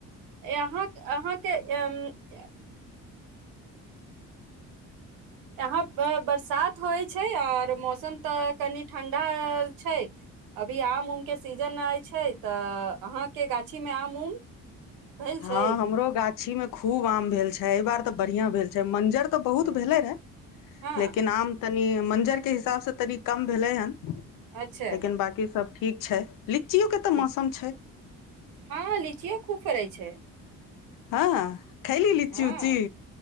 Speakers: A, on the right; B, on the left.
A: यहाँ अहाँके एम्म ए यहाँ पर बरसात होइत छै आओर मौसम तऽ कनि ठण्डा छै अभी आम उमके सीजन आइ छै तऽ अहाँके गाछीमे आम उम भेल
B: ह
A: छै
B: हमरो गा छी मे खूब आम भेल छै एबार तऽ बढ़िया भेल छै मंजर <unintelligible> बहुत
A: भेल
B: भेलै
A: छै
B: रहै
A: हँ
B: लेकिन आम तऽ नी मंजर के हिसाबसँ तनी कम भेलैहन
A: अच्छा
B: लेकिन बाकी सब ठीक ठीक छै लीचियो के तऽ
A: ठीक
B: मौसम छै
A: ह लीचियो खूब फरै छै
B: ह खैली लिची
A: हँ
B: ऊचि